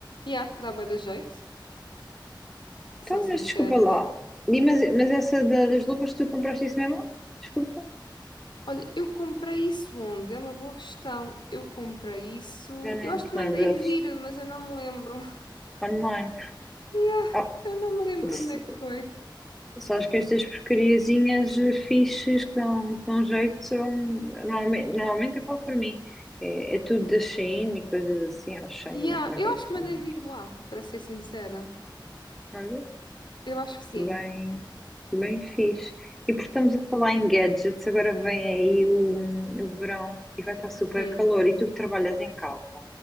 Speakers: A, on the left (about 70°); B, in the centre.
A: yeah, dá bué da jeito. Sou
B: Então,
A: sincera.
B: mas desculpa lá. E, mas, mas essa da- das luvas, tu compraste isso mesmo? Desculpa.
A: Olha, eu comprei isso onde? É uma boa questão. Eu comprei isso.
B: Já nem
A: Eu acho
B: te
A: que
B: lembras.
A: mandei vir, mas eu não me lembro. <laughs>
B: Online.
A: Yeah,
B: Ah,
A: eu não me lembro
B: s-
A: onde é que foi.
B: só acho que estas porcariazinhas eh, fixes que dão, que dão jeito são. Normalmente, normalmente eu falo por mim. É, é tudo da Shein e coisas assim. Ou Shein,
A: Yeah,
B: ou como
A: eu
B: é que eles
A: acho que
B: chamam.
A: mandei vir lá, para ser sincera.
B: Olha,
A: Eu acho que sim.
B: bem, bem fixe. E porque estamos a falar em gadgets, agora vem aí o, o verão e vai estar super
A: Hum.
B: calor. E tu que trabalhas em casa.